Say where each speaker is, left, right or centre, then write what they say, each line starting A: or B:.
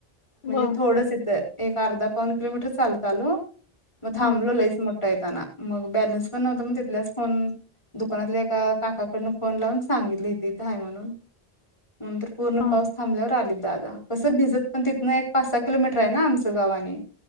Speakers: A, on the left; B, on the left.
A: म्हणजे
B: बर
A: थोडंस इथं एक अर्धा पाऊन किलोमीटर चालत आलो म थांबलो
B: हा
A: लईस म येतना मग बॅलन्स पण नव्हत मग तिथल्याच फोन दुकानातल्या एका काकाकडन फोन लावून सांगितली इथं इथं आहे म्हणून नंतर पूर्ण
B: हा हा
A: पाऊ थांबल्यावर आली दाद कसं भिजत पण तिथं नाही एक पाच सहा किलोमीटर मित्र आहे ना आमचं गावाने